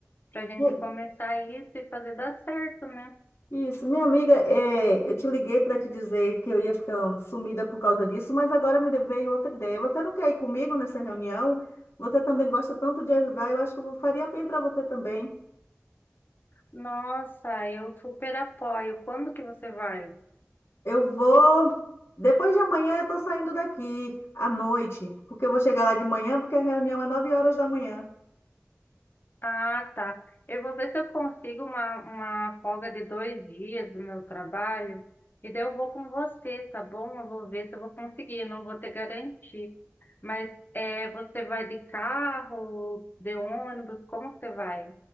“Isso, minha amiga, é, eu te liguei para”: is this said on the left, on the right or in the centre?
Left